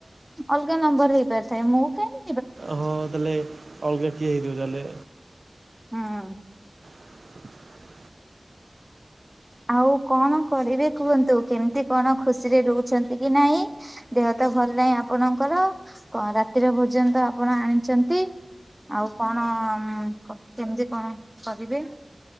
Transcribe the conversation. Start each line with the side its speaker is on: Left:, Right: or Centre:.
Centre: ଅଲଗା ନମ୍ବରରେ ହେଇପାରିଥାଏ ମୁଁ କାଇଁ
Right: ଓହ ତାହେଲେ ଅଲଗା କିଏ ହେଇଥିବ ତାହେଲେ।
Centre: ହଁ।
Right: <inaudible>
Centre: ଆଉ କଣ କରିବେ କୁହନ୍ତୁ କେମିତି କଣ ଖୁସିରେ ରହୁଛନ୍ତି କି ନାହିଁ? ଦେହ ତ ଭଲ ନାଇଁ ଆପଣଙ୍କର କଣ ରାତିର ଭୋଜନ ତ ଆପଣ ଆଣିଛନ୍ତି। ଆଉ କଣ କେମିତି କଣ କରିବେ?